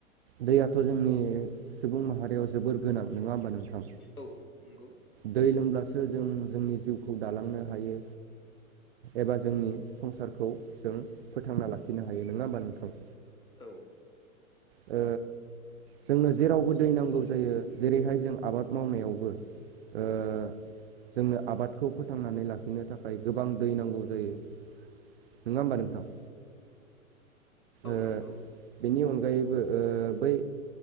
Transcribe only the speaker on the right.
दैयाथ' जोंनि सुबुं माहारियाव जोबोर गोनां नङा होमबा नोंथां।
दै लोंब्लासो जों जोंनि जिउखौ दालांनो हायो एबा जोंनि। संसारखौ जों फोथांना लाखिनो हायो नोङा होमबा नोंथां।
ओ जोंनो जेरावबो दै नांगौ जायो जेरैहाय जों आबाद मावनायावबो। ओ जोंनो आबादखौ फोथांनानै लाखिनो थाखा खाय गोबां दै नांगौ जायो नङा होमबा नोंथां।
ओ
बेनि अनगायैबो ओ बै